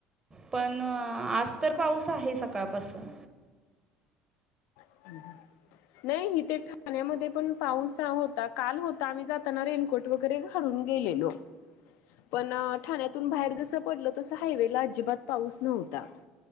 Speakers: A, on the right (about 20°); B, on the left (about 75°).
A: पण आज तर पाऊस आहे सकाळपासून.
B: ह, नाही इथे ठाण्यामध्ये पण पाऊस अ होता काल होता आम्ही जाताना रेनकोट. वगैरे घालून गेलेलो. पण ठाण्यातून बाहेर जस पडल तस हायवेला अजिबात पाऊस नव्हता.